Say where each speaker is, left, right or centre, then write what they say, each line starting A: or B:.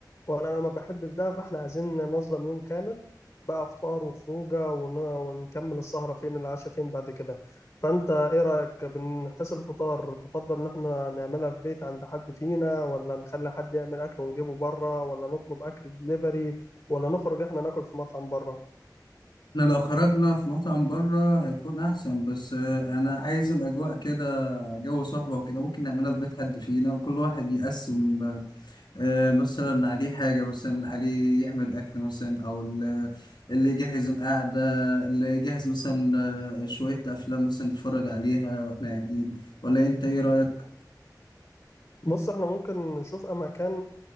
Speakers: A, on the left; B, on the left.
A: وانا انا ما بحبش ده فاحنا عايزين ننظم يوم كامل بقى فطار وخروجه ون- ونكمل السهره فين العشاء فين بعد كده فانت ايه رايك بنحس الفطار تفضل ان احنا نعملها في بيت عند حد فينا ولا نخلي حد يعمل اكل ونجيبه بره ولا نطلب اكل دليفري ولا نخرج احنا ناكل في مطعم بره
B: احنا لو خرجنا في مطعم بره هيكون احسن بس آه، انا عايز الاجواء كده جو صحبه وكده ممكن نعملها في بيت حد فينا وكل واحد يقسم آه، آه، مثلا عليه حاجة مثلا عليه يعمل أكل مثلا أو ال- اللي يجهز القعدة اللي يجهز مثلا آه، شوية أفلام مثلا نتفرج عليها وإحنا قاعدين ولا أنت إيه رأيك؟
A: بص احنا ممكن نشوف مكان